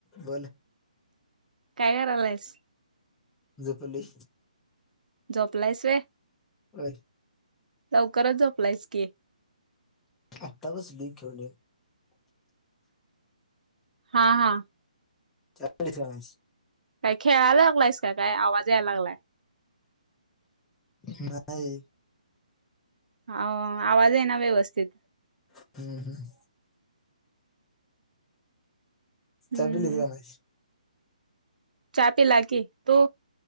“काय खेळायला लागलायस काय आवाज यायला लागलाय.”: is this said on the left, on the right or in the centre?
Right